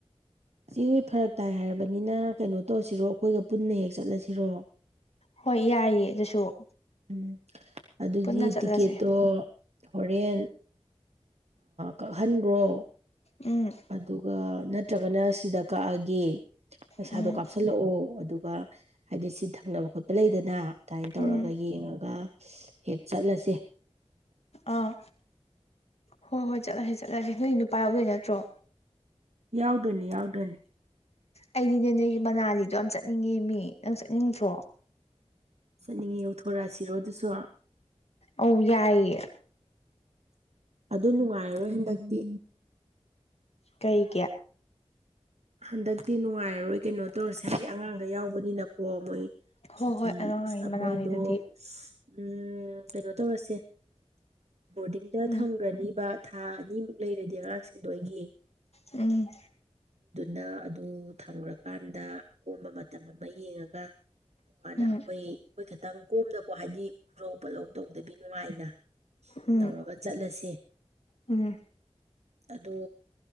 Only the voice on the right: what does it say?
ꯆꯦ ꯐꯔꯛ ꯇꯥꯏ ꯍꯥꯏꯔꯕꯅꯤꯅ ꯀꯩꯅꯣ ꯇꯧꯔꯁꯤꯔꯣ ꯑꯩꯈꯣꯏꯒ ꯄꯨꯟꯅ ꯍꯦꯛ ꯆꯠꯂꯁꯤꯔꯣ
ꯎꯝ ꯑꯗꯨꯗꯤ
ꯇꯤꯀꯦꯠꯇꯣ ꯍꯣꯔꯦꯟ ꯀꯛꯍꯟꯒ꯭ꯔꯣ
ꯑꯗꯨꯒ ꯅꯠꯇ꯭ꯔꯒꯅ ꯁꯤꯗ ꯀꯛꯑꯒꯦ ꯄꯩꯁꯥꯗꯣ
ꯀꯥꯞꯁꯤꯜꯂꯛꯑꯣ ꯑꯗꯨꯒ ꯍꯥꯏꯗꯤ ꯁꯤ ꯊꯪꯅꯕ ꯈꯣꯠꯄ ꯂꯩꯗꯅ ꯑꯗꯨꯃꯥꯏꯅ ꯇꯧꯔꯒ
ꯌꯦꯡ ꯌꯦꯡꯉꯒ ꯍꯦꯛ ꯆꯠꯂꯁꯦ
ꯌꯥꯎꯗꯣꯏꯅꯤ ꯌꯥꯎꯗꯣꯏꯅꯤ
ꯆꯠꯅꯤꯡꯉꯤ ꯌꯧꯊꯣꯔꯛꯑꯁꯤꯔꯣ ꯑꯗꯨꯁꯨ
ꯑꯗꯨ ꯅꯨꯡꯉꯥꯏꯔꯣꯏ ꯍꯟꯗꯛꯇꯤ
ꯍꯟꯗꯛꯇꯤ ꯅꯨꯡꯉꯥꯏꯔꯔꯣꯏ ꯀꯩꯅꯣ ꯇꯧꯔꯁꯦ ꯍꯥꯏꯗꯤ ꯑꯉꯥꯡꯒꯩ ꯌꯥꯎꯕꯅꯤꯅꯀꯣ ꯃꯣꯏ
ꯁꯨꯇꯤ
ꯑꯥ
ꯃꯣꯏꯗꯣ ꯎꯝ ꯀꯩꯅꯣ ꯇꯧꯔꯁꯦ ꯕꯣꯔꯗꯤꯡꯗ
ꯊꯝꯒ꯭ꯔꯅꯤꯕ ꯊꯥ ꯑꯅꯤꯃꯨꯛ ꯂꯩꯔꯗꯤ ꯑꯉꯥꯡꯁꯤꯡꯗꯣ ꯑꯩꯒꯤ
ꯅ ꯑꯗꯨ ꯊꯝꯒ꯭ꯔꯀꯥꯟꯗ ꯑꯀꯣꯝꯕ ꯃꯇꯝ ꯑꯃ ꯌꯦꯡꯉꯒ ꯑꯗꯨꯀꯥꯟꯅ
ꯑꯩꯈꯣꯏ ꯑꯩꯈꯣꯏ ꯈꯤꯇꯪ ꯀꯣꯝꯅꯀꯣ ꯍꯥꯏꯗꯤ ꯈꯨꯔꯧ ꯄꯣꯠꯂꯧ ꯇꯧꯗꯕꯤ ꯅꯨꯡꯉꯥꯏꯅ
ꯇꯧꯔꯒ ꯆꯠꯂꯁꯦ
ꯑꯗꯣ